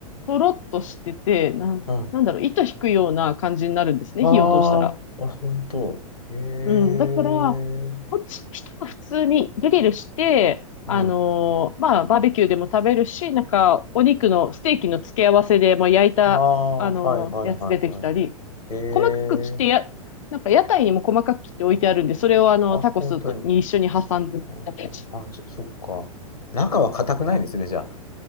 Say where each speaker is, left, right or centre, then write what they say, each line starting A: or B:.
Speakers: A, on the left; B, on the left.
A: とろっとしてて、なん、
B: うん。
A: なんだろう、糸引くような感じになるんですね。
B: ああ、
A: 火を通したら。
B: あ、本当。へえ。
A: うん。だから、こっち、人は普通にグリルして、
B: うん。
A: あのーまあ、バーベキューでも食べるし、なんか、お肉の、ステーキの付け合わせでもう焼いた、
B: ああ、
A: あのーやつ出てきたり、
B: はいはいはいはい。へ
A: 細かく切ってや、
B: え。
A: なんか屋台にも細かく切って置いてあるんで、それをあの、
B: あ、
A: タコスとに一緒に挟んでやったやつ。
B: 本当に。あーあ、じゃ、そっか。中は硬くないんですね、じゃあ。